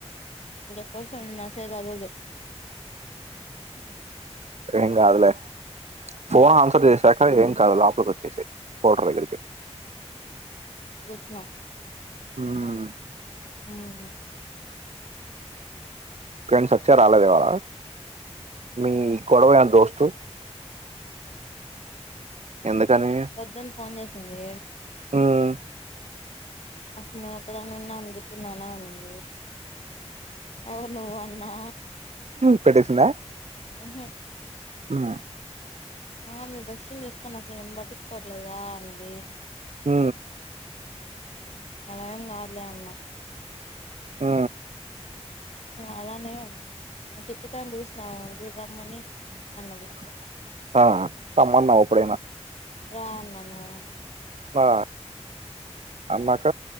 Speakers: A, on the left; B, on the right.
A: <unintelligible> <unintelligible>
B: ఎం గాదులే ఫోన్ ఆన్సర్ చేసాక ఏం కాదు లోపలికి వచ్చేసేయి కోర్టర్ దగ్గరికి ఏళ్ళు
A: వచ్చిన
B: హుమ్
A: ఉమ్
B: కెంస్ అక్చ రాలేదెవలా మీ కొడవయ దోస్తు ఎందుకని
A: పొద్దుని ఫోన్ చేసింది
B: ఉమ్
A: అసలు ఒకదానిన్న అణగుతున్నానా అంది అవు నువు అన్నా
B: పెట్టేసింద
A: ఉహు
B: ఆ
A: ఆ మీ బస్ని చూస్తాను అసలు నన్ను పట్టించుకోవట్లేదుగా అన్నది
B: హ
A: అలాం కాదు లే అన్న
B: ఆ
A: అలానే సిప్పుతం పిరుస్తుిన చూడ రమ్మని అన్నది
B: ఆ సమ్మన్నా అప్పుడేనా
A: రాను
B: ఆ అన్నాక